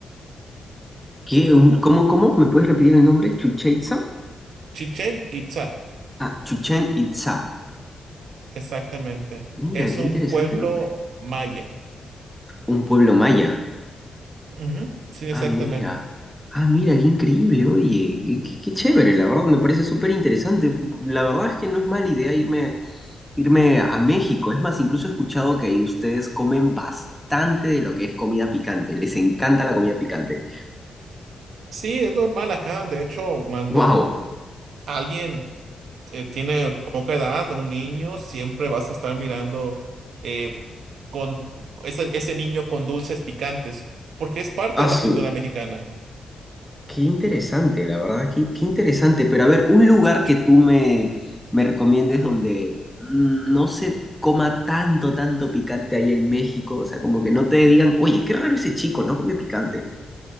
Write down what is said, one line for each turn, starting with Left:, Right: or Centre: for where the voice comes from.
Centre: ¿Qué, Un-
Right: No,
Centre: cómo, cómo? ¿Me puedes repetir el nombre? ¿Chucha Itzá?
Right: Chichén Itzá,
Centre: Ah, Chuchen Itzá.
Right: exactamente.
Centre: Mira,
Right: Es
Centre: qué
Right: un
Centre: interesante
Right: pueblo
Centre: nombre.
Right: maya.
Centre: Un pueblo maya.
Right: Ujú, Sí,
Centre: Ah,
Right: exactamente.
Centre: mira. Ah, mira, qué increíble, oye, qué, qué- qué chévere, la verdad, me parece súper interesante. La verdad es que no es mala idea irme, irme a México. Es más, incluso he escuchado que ahí ustedes comen bastante de lo que es comida picante. Les encanta la comida picante.
Right: Sí, es normal acá. De hecho, cuando
Centre: ¡Wow!
Right: alguien eh, tiene poca edad, un niño, siempre vas a estar mirando eh, con ese, ese niño con dulces picantes, porque es parte
Centre: ¡Asu!
Right: de la cultura mexicana.
Centre: Qué interesante, la verdad, qué, qué interesante. Pero a ver, un lugar que tú me, me recomiendes donde mm, no se coma tanto, tanto picante ahí en México. O sea, como que no te digan, oye, qué raro ese chico, no come picante.